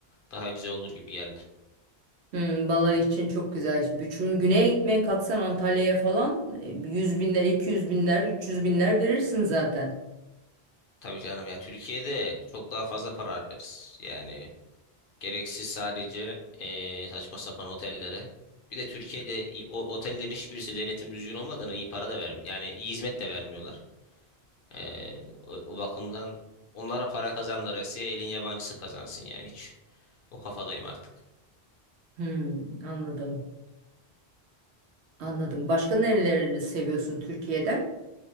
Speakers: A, on the left; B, on the right.
A: daha güzel olur gibi geldi.
B: Hmm, balayı için çok güzel. Bütün güneye gitmeye kalksan Antalya'ya falan e, 100 binler, 200 binler, 300 binler verirsin zaten.
A: Tabii canım ya Türkiye'de çok daha fazla para harcarız. Yani gereksiz sadece eee, saçma sapan otellere. Bir de Türkiye'de i- o otellerin hiçbirisi denetim düzgün olmadan iyi para da vermiyor. Yani iyi hizmet de vermiyorlar. Eee, o, o bakımdan onlara para kazandılar. Elin yabancısı kazansın yani hiç. O kafadayım artık.
B: Hmm, anladım. Anladım. Başka nereleri seviyorsun Türkiye'de